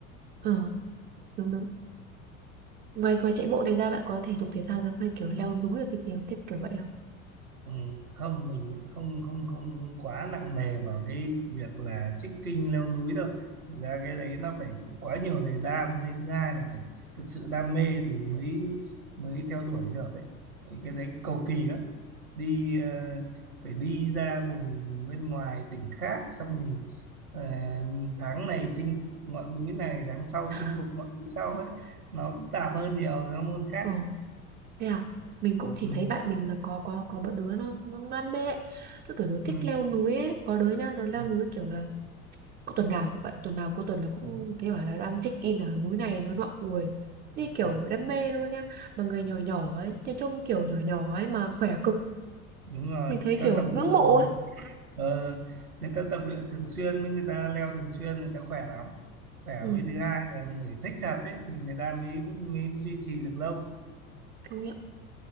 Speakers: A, on the right; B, on the right.
A: ờ đúng đúng ngoài ngoài chạy bộ này ra bạn có thể dục thể thao ra hay kiểu leo núi ở cái gì không? thích kiểu vậy
B: ừ, không mình không không không quá nặng nề vào cái việc là trekking leo núi đâu thực ra cái đấy nó phải quá nhiều thời gian với thứ hai là phải thực sự đam mê thì mới mới theo đuổi được đấy cái đấy cầu kỳ lắm đi ờ, phải đi ra vùng bên ngoài tỉnh khác xong thì ờ, tháng này chinh phục ngọn núi này tháng sau
A: không
B: chinh phục ngọn núi sau ấy nó phức tạp hơn nhiều nó môn khác
A: Ồ, thế à? Mình cũng chỉ
B: ừ.
A: thấy bạn mình là có có có bọn đứa nó nó đam mê ấy. Nó kiểu nó
B: Ừ.
A: thích leo núi ấy, có đứa nha, nó leo
B: Ừ.
A: núi
B: ừ,
A: kiểu là có tuần nào cũng vậy, tuần nào cuối tuần là cũng
B: ừ,
A: thấy bảo là đang check in ở núi này núi nọ ui. Như
B: Đúng
A: kiểu
B: rồi.
A: đam mê luôn nha. Mà người nhỏ nhỏ ấy, thì trông kiểu nhỏ nhỏ ấy mà khỏe cực.
B: Đúng rồi
A: Mình
B: người
A: thấy
B: ta
A: kiểu
B: tập luyện
A: ngưỡng mộ
B: mà.
A: ấy.
B: ờ, người ta tập luyện thường xuyên với người ta leo thường xuyên người ta khỏe lắm khỏe
A: Ừ,
B: mới thứ hai là ông phải thích thật ấy thì người ta mới mới duy trì được lâu
A: công nhận.